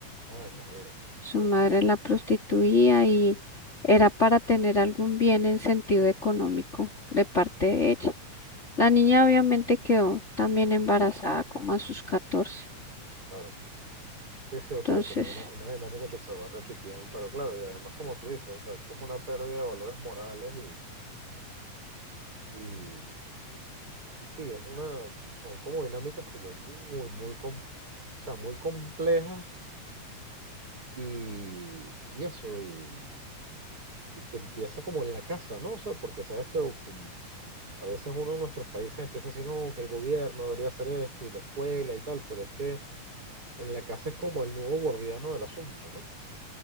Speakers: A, on the right; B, on the left.
A: Ah, imagínate. qué
B: Su
A: triste.
B: madre la prostituía y era para tener algún bien en sentido económico de parte de ella. La niña obviamente quedó también embarazada como a sus 14.
A: Claro. Sí, sí, o
B: Entonces,
A: sea, como una, una dinámica que se va repitiendo, pero claro, y además como tú dices, o sea, es como una pérdida de valores morales y, y, y sí, es una, son como dinámicas como muy, muy, com- o sea, muy complejas y, y eso, y, y que empieza como en la casa, ¿no? O sea, porque sabes que um, a veces uno en nuestros países empieza a decir, no, que el gobierno debería hacer esto y la escuela y tal, pero es que en la casa es como el nudo gordiano del asunto, ¿no?